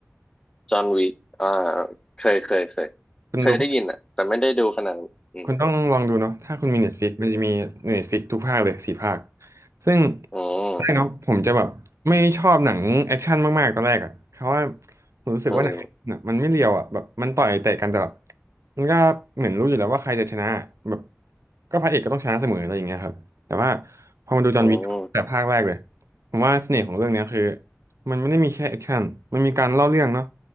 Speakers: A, on the left; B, on the right.
A: จอห์นวิกอ่าเคยเคยเคย
B: คุณดู
A: เคยได้ยินอ่ะแต่ไม่ได้ดูขนาดนั้นอืม
B: คุณต้องลองดูเนาะถ้าคุณมี Netflix มันจะมี Netflix ทุกภาคเลยสี่ภาคซึ่ง
A: อืม
B: แรกเนาะผมจะแบบไม่ชอบหนังแอคชั่นมากๆตอนแรกอ่ะเพราะว่าผมรู้สึกว่าหนังน่ะมันไม่เรียวอ่ะแบบมันต่อยเตะกันแต่แบบ
A: อืม
B: มันก็เหมือนรู้อยู่แล้วว่าใครจะชนะแบบก็พระเอกก็ต้องชนะเสมออะไรอย่างเงี้ยครับแต่ว่าพอมาดูจอห์นวิกแต่ภาคแรกเลย
A: อืม
B: ผมว่าเสน่ห์ของเรื่องเนี้ยคือมันไม่ได้มีแค่แอคชั่นมันมีการเล่าเรื่องเนาะ